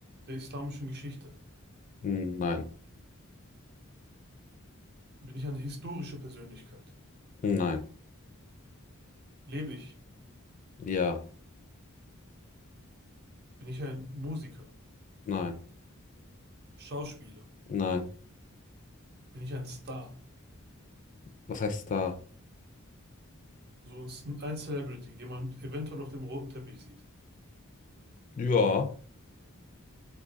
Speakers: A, on the right; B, on the left.
A: der islamischen Geschichte?
B: Hm, Nein.
A: Bin ich eine historische Persönlichkeit?
B: Nein.
A: Lebe ich?
B: Ja.
A: Bin ich ein Musiker?
B: Nein.
A: Schauspieler.
B: Nein.
A: Bin ich ein Star?
B: Was heißt da?
A: So ist ein ein Celebrity, den man eventuell auf dem roten Teppich sieht.
B: Ja.